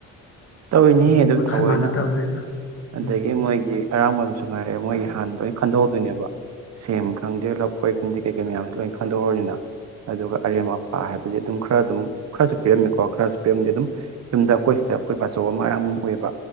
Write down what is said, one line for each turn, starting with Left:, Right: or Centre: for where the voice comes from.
Right: ꯇꯧꯏꯅꯦꯍꯦ
Left: ꯃꯤ
Right: ꯑꯗꯨꯝ
Left: ꯃꯈꯜ
Right: ꯊꯑꯣꯏꯅ
Left: ꯃꯥꯟꯅꯗꯕꯅꯤꯅ
Right: ꯑꯗꯒꯤ
Left: ꯎꯝ
Right: ꯃꯣꯏꯒꯤ ꯑꯔꯥꯡꯕꯝꯁꯨ ꯉꯥꯏꯔꯦ ꯃꯣꯏꯒꯤ ꯍꯥꯟꯅꯗ ꯂꯣꯏꯅ ꯈꯟꯗꯣꯛꯍꯧꯗꯣꯏꯅꯦꯕ ꯁꯦꯝ ꯈꯪꯗꯦ ꯂꯥꯐꯣꯏ ꯈꯪꯗꯦ ꯀꯩ ꯀꯩ ꯃꯌꯥꯝꯁꯨ ꯂꯣꯏ ꯈꯟꯗꯣꯛꯍꯧꯔꯅꯤꯅ ꯑꯗꯨꯒ ꯑꯔꯦꯝ ꯑꯄꯥ ꯍꯥꯏꯕꯗꯤ ꯑꯗꯨꯝ ꯈꯔ ꯑꯗꯨꯝ ꯈꯔꯁꯨ ꯄꯤꯔꯝꯃꯤꯀꯣ ꯈꯔꯁꯨ ꯄꯤꯔꯝꯗꯦ ꯑꯗꯨꯝ ꯌꯨꯝꯗ ꯑꯩꯈꯣꯏ ꯁꯤꯗ ꯑꯩꯈꯣꯏ ꯕꯥꯆꯧ ꯑꯃ ꯑꯔꯥꯝꯕꯝ ꯑꯣꯏꯕ